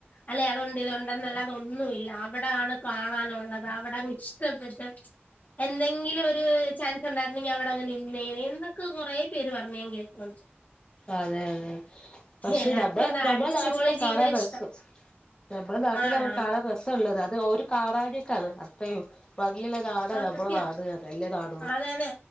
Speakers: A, on the left; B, on the left.
A: അല്ലെ അതൊണ്ട് ഇതൊണ്ടെന്നല്ലാതെ ഒന്നുവില്ല അവിടാണ് കാണാനൊള്ളത് അവിടങ്ങ് ഇഷ്ടപ്പെട്ട് എന്തെങ്കിലും ഒരു ചാൻസ് ഉണ്ടായിരുന്നെങ്കിൽ അവിടെ അങ്ങനെ നിന്നേന എന്നൊക്കെ കുറെ പേര് പറഞ്ഞ ഞാൻ കേൾക്കണ്ട്
B: അതെ അതെ പക്ഷെ
A: എല്ലാർക്കും
B: നമ്മ
A: എന്താ
B: നമ്മളെ
A: അടിച്ചുപൊളി
B: നാട്ടിലെ കാണാൻ
A: ജീവിതം
B: രസം
A: ഇഷ്ടം
B: നമ്മള് നാട്ടിലാവുമ്പോ
A: ആണാണ്
B: കാണാൻ രസ ഉള്ളത് അത് ഒരു കാണാഞിട്ടാണ് അത്രയും ഭംഗിയുള്ളനാട
A: ആ
B: നമ്മടെ
A: സത്യം
B: നാട് അതല്ല നാട
A: അതെ അതെ